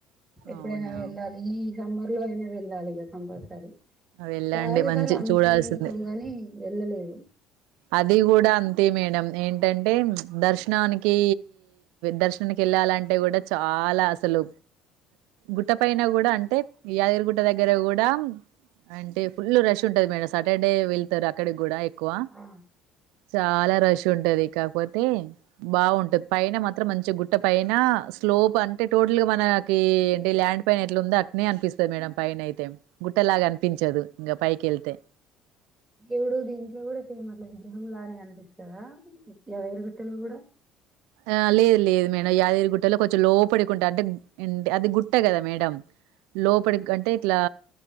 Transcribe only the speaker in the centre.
ఎప్పుడైనా
వెళ్ళాలి ఈ సం ఇ లో అయినా వెళ్ళాలి ఇక కంపల్సరీ
చాలా
సార్లు అనుకుంటాం
కానీ వెళ్ళలేదు
ఆ
ఎవడు దంక ఎవడ ఏ మ <inaudible> విగ్రహం గానే కనిపిస్తుదా ఎవరు కట్టింది కూడా